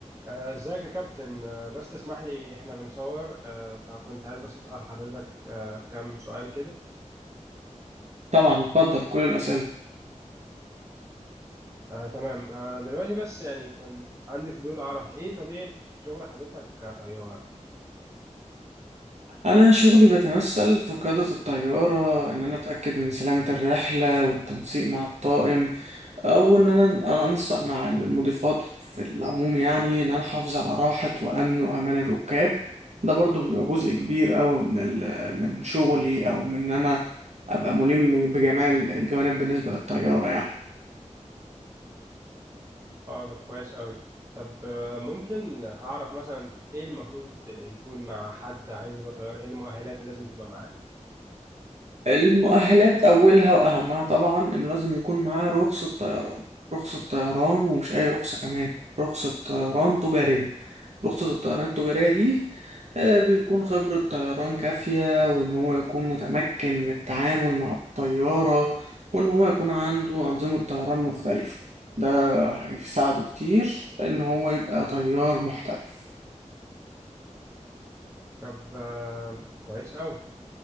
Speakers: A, on the right; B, on the right.
A: آه، ازيك يا كابتن آه، بس تسمح لي احنا بنصور آه، فكنت عايز بس اسال حضرتك آه، كام سؤال كده
B: طبعا بفضل كل الأسئلة
A: آه، تمام آه، دلوقتي بس يعني كان عندي فضول اعرف ايه طبيعه شغل حضرتك كطيار
B: أنا شغلي بيتمثل في قيادة الطيارة إن أنا أتأكد من سلامة الرحلة والتنسيق مع الطاقم أو إن أنا أنسق مع المضيفات في العموم يعني إن أنا أحافظ على راحة وأمن وأمان الركاب ده برضو بيبقى جزء كبير أوي من ال- من شغلي أو من إن أنا أبقى ملم بجميع الجوانب بالنسبة للطيارة يعني
A: اه طب كويس قوي طب آه، ممكن اعرف مثلا ايه المفروض يكون مع حد عايز يبقى طيار ايه المؤهلات اللي لازم تبقى معاه
B: المؤهلات أولها وأهمها طبعا إنه لازم يكون معاه رخصة طيران رخصة طيران ومش أي رخصة كمان رخصة طيران تجارية رخصة الطيران التجارية دي آه، بتكون خبرة طيران كافية وإن هو يكون متمكن من التعامل مع الطيارة وإن هو يكون عنده أنظمة طيران مختلفة ده هيساعده كتير إن هو يبقى طيار محترف
A: طب آه، كويس قوي